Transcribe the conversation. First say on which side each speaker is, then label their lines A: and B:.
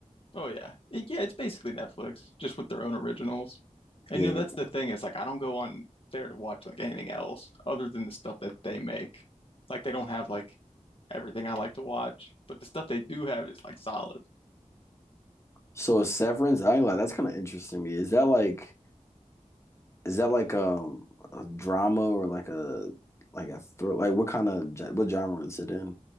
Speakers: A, on the left; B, on the left.
A: Oh, yeah. It- yeah, it's basically Netflix, just with their own originals. And,
B: Yeah.
A: you
B: that-
A: know, that's the thing. It's like, I don't go on there to watch like anything else other than the stuff that they make. Like, they don't have like everything I like to watch, but the stuff they do have is like solid.
B: So Severance, I ain't like that's kind of interesting to me. Is that like is that like um a drama or like a like a thr like what kind of gen- what genre is it in?